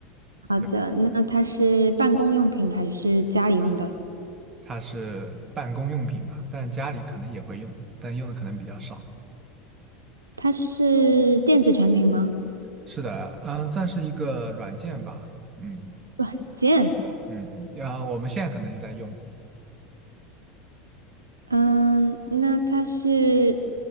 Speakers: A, on the right; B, on the right.
A: 好的，
B: 对，
A: 那它是办公用品还是家里用的？
B: 它是办公用品吧，但家里可能也会用，但用的可能比较少。
A: 它是电子产品吗？
B: 是的，嗯，算是一个软件吧，嗯
A: 软件。
B: 嗯，啊，我们现在可能就在用，
A: 嗯，那它是